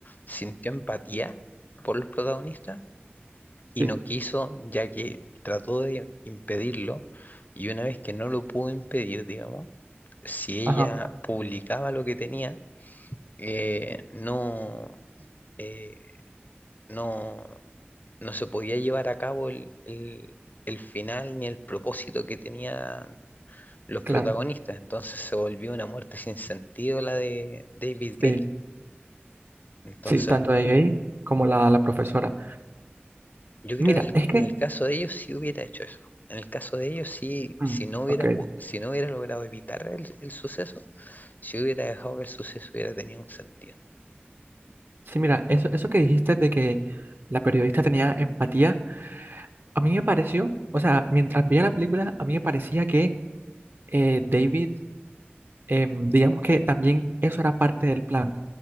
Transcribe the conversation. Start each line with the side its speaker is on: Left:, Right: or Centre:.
Left: sintió empatía por los protagonistas y
Right: Sí,
Left: no quiso, ya que trató de impedirlo y una vez que no lo pudo impedir, digamos, si
Right: ajá,
Left: ella publicaba lo que tenía, eh, no, eh, no, no se podía llevar a cabo el, el- el final ni el propósito que tenía los
Right: claro,
Left: protagonistas. Entonces se volvió una muerte sin sentido la de David Gale.
Right: sí,
Left: Entonces,
Right: sí, tanto de ahí como la, la profesora.
Left: yo creo
Right: Mira,
Left: que en el,
Right: es que,
Left: en el caso de ellos sí hubiera hecho eso. En el caso de ellos sí,
Right: mm,
Left: si no hubiera,
Right: ok,
Left: po- si no hubiera logrado evitar el, el suceso, si hubiera dejado que el suceso hubiera tenido un sentido.
Right: sí, mira, eso, eso que dijiste de que la periodista tenía empatía A mí me pareció, o sea, mientras veía la película, a mí me parecía que eh, David, em, digamos que también eso era parte del plan,